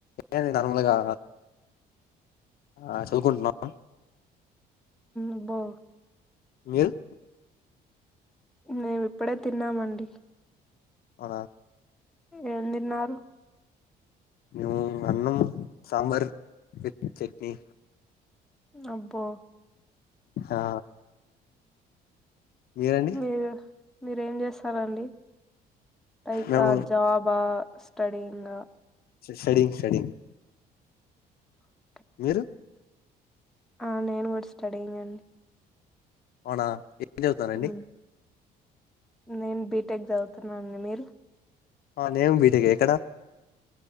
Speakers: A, on the left; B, in the centre.
A: ఏ నార్మల్గా ఆ చదువుకుంటున్నాం
B: అబ్బో
A: మీల్
B: మేము ఇప్పుడే తిన్నామండి
A: అ
B: ఏం తిన్నారు
A: నువు అన్నం సాంబార్ విత్ చట్నీ
B: అబ్బో
A: ఆ మీరండి
B: మీరు మీరేం చేస్తారండి లైక
A: మేము
B: జాబా స్టడీంగ
A: సడింగ్ సడింగ్
B: ఆ
A: మీరు
B: ఆ నేను కూడా స్టడీంగ్ అండి
A: అవునా ఏం చదువుతారండి
B: మ్, నేను బీటెక్ చదువుతున్న అండీ మీరు
A: ఆ నేమ్ బీటెక్ ఏ ఎక్కడ